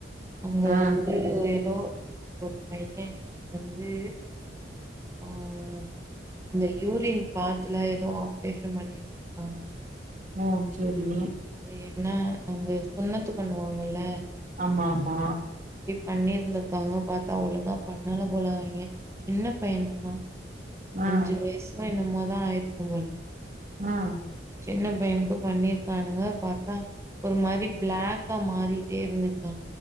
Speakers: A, on the right; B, on the right.
A: அங்க
B: ஆ
A: இது ஏதோ ஆ ஒரு பைய வந்து உம் அந்த யூரின் பாத்துல ஏதோ ஆப்ரேஷன் பண்ணிருக்காங்க
B: ம் சரி
A: அது என்ன அந்த சுண்ணத்து பண்ணுவாங்கல்ல
B: ஆமா ஆமா
A: பண்ணி இருந்திருப்பாங்க பாத் தா ஒழுங்கா பண்ணல போல அவைங்க சின்ன பையன் தான
B: ஆ
A: அஞ்சு வயசோ தா என்ம்மோ தா ஆயிருக் கு போல
B: ஆஹ்
A: சின்ன பையனுக்கு பண்ணிருக்கானுங்க பாத் தா ஒரு மாரி பிளாக்கா மாறிட்டே இருந்துச்சா